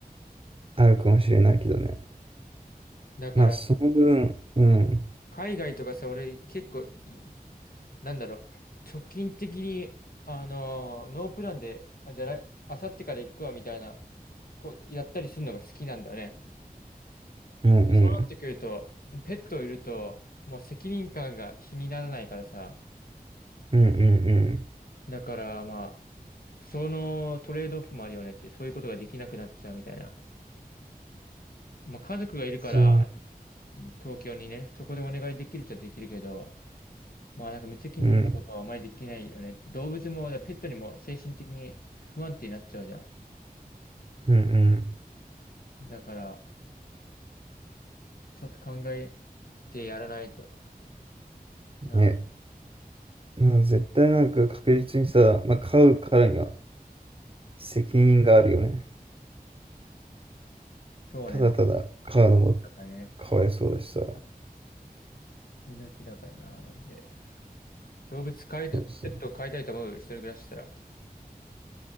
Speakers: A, on the right (about 35°); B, on the left (about 70°).
A: あるかもしれないけどね。
B: だから、
A: まあ、その分、うん、
B: 海外とかさ、俺、結構い、なんだろう、直近的に、あのーノープランで、あ、じゃああさってから行くわ、みたいな、こう、やったりするのが好きなんだよね。
A: うん、うん、
B: そうなってくると、ペットいると、もう責任感が比にならないからさ、
A: うん、うん、うん
B: だから、まあ、そのトレードオフもあるよねって、そういうことができなくなっちゃうみたいな。まあ家族がいるから、
A: そう、う
B: 東京にね、そこでお願いできるっちゃできるけど、まあなんか無責任なことはあまりできないよね。
A: ん、
B: 動物も、だからペットにも精神的に不安定になっちゃうじゃ
A: うん、う
B: ん。だから、ちょっと考えてやらないとな。
A: ん、ね。まあ、絶対なんか確実にさ、まあ、買うからには責任があるよね。
B: そうね。
A: ただただ買うのも
B: だからね。
A: かわいそうだしさ。
B: 命だからな、マジで。動物飼いた、
A: そうそう
B: ペットを飼いたいと思う、一人暮らししたら。